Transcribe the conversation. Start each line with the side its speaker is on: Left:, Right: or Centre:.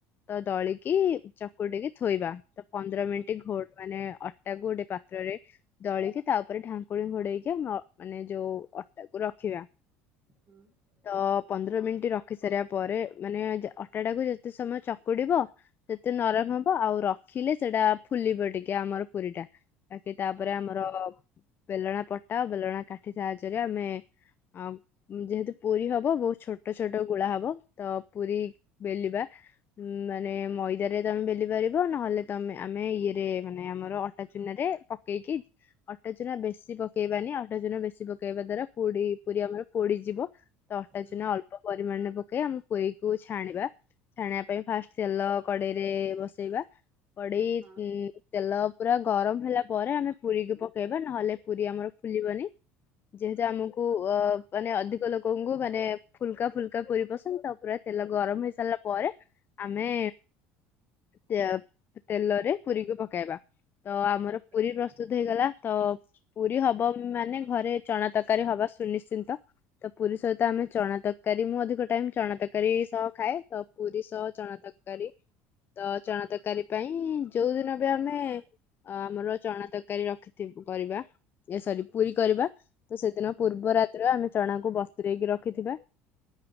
Left: ତ ଦଳିକି ଚକୁ ଟିକି ଥୋଇବା ତ ପନ୍ଦର ମିନିଟ୍
Right: ହୁଁ
Left: ଘୋ ମାନେ ଅଟା କୁ ଗୋଟେ ପାତ୍ରରେ ଦଳିକି ତା ଉପରେ ଢାଙ୍କୁଣୀ ଘୋଡେଇକି ମ ମାନେ ଯୋଉ ଅଟାକୁ ରଖିବା
Right: ହୁଁ।
Left: ତ ପନ୍ଦର ମିନିଟ୍ ରଖି ସାରିବା ପରେ ମାନେ ଅଟା ଟାକୁ ଯେତେ ସମୟ ଚ ଚକୁଡିବ ସେତେ ନରମ ହବ ଆଉ ରଖିଲେ ସେଟା ଫୁଲିବ ଟିକେ ଆମର ପୁରୀ ଟା। ତା ସିଟା ତାପରେ
Right: ହଁ
Left: ଆମର ବେଲଣା ପଟା ବେଲଣା କାଠି ସାହାଯ୍ୟରେ ଆମେ ଆଉ ଯେହେତୁ ପୁରୀ ହବ ବହୁତ୍ ଛୋଟ ଛୋଟ ଗୁଳା ହବ ତ ପୁରୀ ବେଲିବା। ମାନେ ମଇଦା ରେ ତମେ ବେଲି ପାରିବ ନହେଲେ ତମେ ଆମେ ଇଏରେ ମାନେ ଆମର ଅଟା ଚୁନାରେ ଦେଇକି ଅଟା ଚୁନା ବେଶୀ ପକେଇବାନି ଅଟା ଚୁନା ବେଶୀ ପକେଇବା ଦ୍ଵାରା ପୁରି ପୁରୀ ଆମର ପୋଡିଯିବ। ତ ଅଟା
Right: ହୁଁ
Left: ଚୁନା ଅଳ୍ପ ପରିମାଣରେ ପକେଇ ଆମେ ପୁରିକୁ ଛାଣିବା ଛାଣିବା ତା ପରେ ଫାଷ୍ଟ୍ ତେଲ କଡେଇରେ ବସେଇବା କଡେଇ
Right: ହଁ
Left: ଇଁ ତେଲ ପୁରା ଗରମ ହେଲା ପରେ ଆମେ ପୁରୀକୁ ପକେଇବା ନହେଲେ ପୁରୀ ଆମର ଫୁଲିବନି। ଯେହେତୁ ଆମକୁ ଅ ମାନେ ଅଧିକ ଲୋକଙ୍କୁ ମାନେ ଫୁଲକା ଫୁଲକା ପୁରୀ ପସନ୍ଦ ତାପରେ ତେଲ ଗରମ ହେଇ ସାରିଲା ପରେ ଆମେ ୟ ପ ତେଲରେ ପୁରୀକୁ ପକେଇବା ତ ଆମର
Right: ଆଚ୍ଛା
Left: ପୁରୀ ପ୍ରସ୍ତୁତ ହେଇଗଲା ତ ପୁରୀ ହବ ମାନେ ଘରେ ଚଣା ତରକାରୀ ହବା ସୁନିଶ୍ଚିନ୍ତ। ତ ପୁରୀ ସହିତ ଆମେ ଚଣା ତରକାରୀ ମୁଁ ଅଧିକ ଟାଇମ୍ ଚଣା ତରକାରୀ ସହ ଖାଏ ତ ପୁରୀ ସହ ଚଣା ତରକାରୀ ତ ଚଣା ତରକାରୀ ପାଇଁ ଯୋଉ ଦିନ ବି ଆମେ ଅ ଆମର ଚଣା ତରକାରୀ ରଖିିଥି କରିବା ଏ ସରି ପୁରୀ କରିବା। ତ ସେଦିନ
Right: ହୁଁ
Left: ପୂର୍ବ ରା ତ୍ର ଆମେ ଚଣାକୁ ବସ୍ତରେଇକି ରଖିଥିବା